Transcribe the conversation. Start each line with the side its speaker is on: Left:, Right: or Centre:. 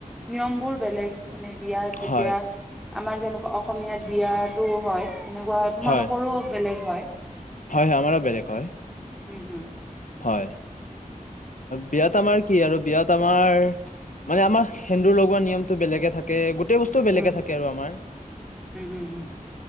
Centre: নিয়ম বোৰ বেলেগ? মানে বিয়াত যেতিয়া
Left: হয়,
Centre: আমাৰ যেনেকুৱা অসমীয়াত বিয়াত টো হয় সেনেকুৱা তোমালোকৰো
Left: হয়,
Centre: বেলেগ হয়?
Left: হয়, হয় আমাৰো বেলেগ হয়,
Centre: উম হুম।
Left: হয়। বিয়াত আমাৰ কি আৰু বিয়াত আমাৰ মানে আমাৰ সেন্দুৰ লগোৱা নিয়মতটো বেলেগে থাকে গোটেই বস্তু বেলেগে
Centre: উম
Left: থাকে আৰু আমাৰ।
Centre: উম